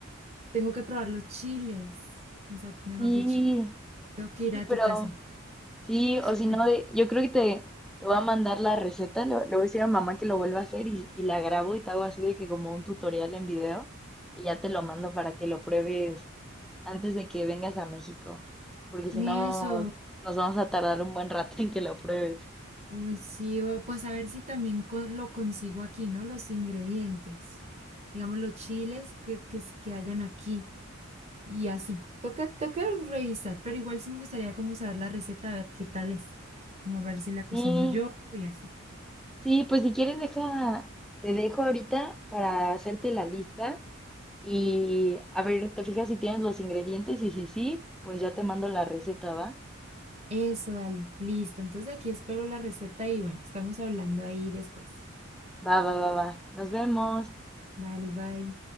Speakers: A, on the right (about 30°); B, in the centre.
A: tengo que probar los chiles. O sea, mejor
B: Sí,
A: dicho, tengo que
B: sí,
A: ir a tu
B: pero...
A: casa.
B: Sí, o
A: <laughs>
B: si no, de- yo creo que te, te voy a mandar la receta, lo le voy a decir a mamá que lo vuelva a hacer y, y la grabo y te hago así de que como un tutorial en video y ya te lo mando para que lo pruebes antes de que vengas a México, porque si
A: ni
B: no
A: eso,
B: nos vamos a tardar un buen rato en que lo pruebes.
A: uy, sí, o- pues a ver si también con- lo consigo aquí, ¿no? Los ingredientes, digamos los chiles que, que, s- que hayan aquí. Y así, toca, toca revisar, pero igual sí me gustaría como saber la receta, a ver qué tal es, como a ver si la cocino
B: Sí,
A: yo y así.
B: sí, pues si quieres deja, te dejo ahorita para hacerte la lista y a ver, te fijas si tienes los ingredientes y si sí, pues ya te mando la receta, ¿va?
A: Eso, dale, listo. Entonces aquí espero la receta y bueno, estamos hablando ahí después.
B: Va, va, va, va. Nos vemos.
A: Vale, bye.